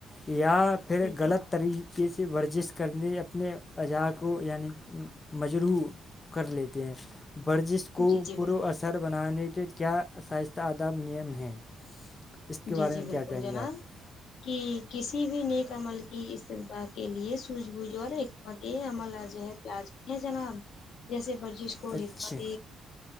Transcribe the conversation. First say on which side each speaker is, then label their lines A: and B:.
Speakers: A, on the left; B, on the left.
A: یا پھر
B: جی جی
A: غلط طری سے ورزش کرنے اپنے عجا کو یعنی مجرح کر لیتے ہیں ورزش کو
B: جی جی
A: پرو
B: بالکل
A: اثر بنانے کے کیا سائستہ آداب نیم ہیں اس کے
B: جی
A: بارے
B: جی
A: میں
B: بالکل
A: کیا کہیں
B: جناب
A: گے آپ
B: کہ کسی بھی نیک عمل کی استدا کے لیے سوجھ بوجھ اور حکمت عمل اجہت لازمی ہے جناب جیسے ورزش کو
A: اچھا
B: حکمت